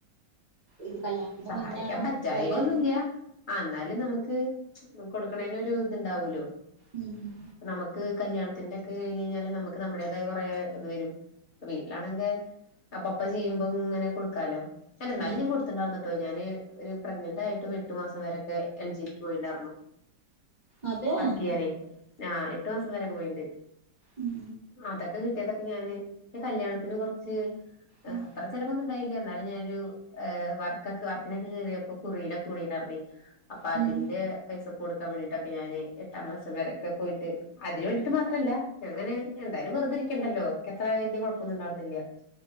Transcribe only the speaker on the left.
സഹായിക്കാൻ
പറ്റായക്കൊന്നുംല്ല
അഹ് എന്നാലും നമുക്ക് കൊടുക്കണേന് ഒരു ഇത്ണ്ടാവൂല്ലോ
നമുക്ക് കല്യാണത്തിന്റെ ഒക്കെ കഴിഞ്ഞ കഴിഞ്ഞാല് നമുക്ക് നമ്മുടേതായ കുറെ ഇത് വരും വീട്ടിലാണെങ്കിൽ അപ്പ അപ്പ ചെയ്യുമ്പോ ഇങ്ങനെ കൊടുക്കാലോ തന്നെ എന്നാലും
ഞാൻ കൊടുത്തണ്ടാർന്നുട്ടോ ഞാന് ഒരു പ്രഗ്നന്റ് ആയിട്ടും എട്ട് മാസം വരെക്കെ എൽ ജിക്ക് പോയിട്ട്ണ്ടാർന്നു.
കേറി ആ എട്ടു മാസം വരെക്കെ പോയിണ്ട്
അതൊ ക്കെ കിട്ടിയതൊക്കെ ഞാന് ഈ കല്യാണത്തിന് കുറച്ച്
അത്ര ചെലവോന്നും ഉണ്ടായില്ല എന്നാലും ഞാനൊരു ഏഹ് വർക്കൊക്കെ വർക്കിനൊക്കെ കേയറിയപ്പോ കുറിയിലൊ കൂടിണ്ടാർന്നേ അപ്പൊ അതിന്റെ
പൈസ കൊടുക്കാൻ വേണ്ടിട്ടൊക്കെ ഞാന് എട്ടാം മാസം വരൊക്കെ പോയിട്ട് അതിന് വേണ്ടിട്ട് മാത്രല്ല ഞങ്ങനെ എന്തായാലും വെറുതെരിക് ക്കണ്ടല്ലോ എത്ര വലിയ കുഴപ്പൊന്നും ഉണ്ടായിരുന്നില്ല